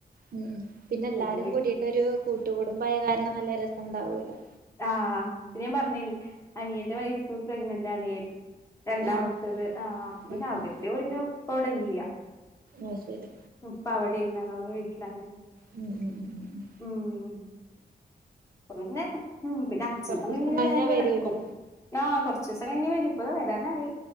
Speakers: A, on the right; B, on the left.
A: ഉം ഉം പിന്നെ
B: എന്നിട്ട്
A: എല്ലാരും
B: പിന്നെ
A: കൂടിയിട്ടൊരു കൂട്ടു കുടുംമ്പായ കാരണം നല്ല രസം ഉണ്ടാവൂലൊ
B: ആഹ് പിന്നെ ഞാൻ പറഞ്ഞില്ലേ അനിയന്റെ വൈഫ് പ്രഗ്നന്റാണ് രണ്ടാമത്തത്
A: ആഹ്
B: ആ അപ്പ പിന്നെ
A: ഉം
B: അവര്
A: ഉം.
B: പിന്നെ ഇപ്പ ഇവിടെല്യ
A: അത് ശരി
B: ഉപ്പ അവിടെണ് ഓളെ വീട്ടിലാണ്
A: ഉം ഉം ഉം
B: ഉം പിന്നെ ഉം പിന്നെ അച്ഛനും
A: കൊറച്ചീസം
B: അമ്മീം
A: കഴിഞ്ഞാ
B: വേങ്കടക്കും
A: വരൂല്ലോ
B: ആഹ് കുറച്സൊ കഴിഞ്ഞ വരു ഇപ്പത് വരാനായി